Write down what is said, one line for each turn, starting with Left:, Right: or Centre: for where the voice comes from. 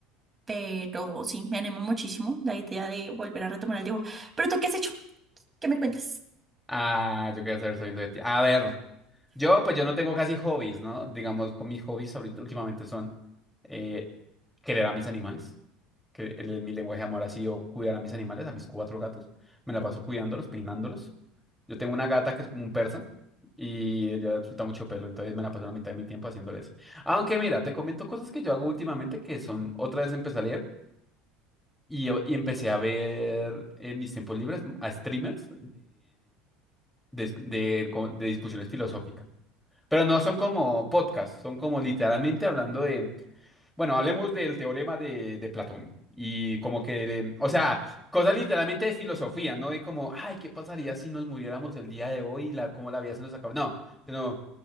Right: pero sí, me anima muchísimo la idea de volver a retomar el dibujo. Pero tú, ¿qué has hecho? ¿Qué me cuentas?
Centre: Ah, yo quería saber sabiendo de ti. A ver, yo pues yo no tengo casi hobbies, ¿no? Digamos, con mis hobbies ahorita últimamente son eh, querer a mis animales, que el- el- mi lenguaje de amor ha sido cuidar a mis animales, a mis cuatro gatos. Me la paso cuidándolos, peinándolos. Yo tengo una gata que es como un persa y ella suelta mucho pelo, entonces me la paso la mitad de mi tiempo haciéndoles. Aunque mira, te comento cosas que yo hago últimamente que son, otra vez empecé a leer y, y empecé a ver en mis tiempos libres a streamers de, de- como- de discusiones filosóficas. Pero no son como podcasts, son como literalmente hablando de, bueno, hablemos del teorema de, de Platón y como que, de- o sea, cosas literalmente de filosofía, no de como, ay, ¿qué pasaría si nos muriéramos el día de hoy y la, cómo la vida se nos acaba? No, sino,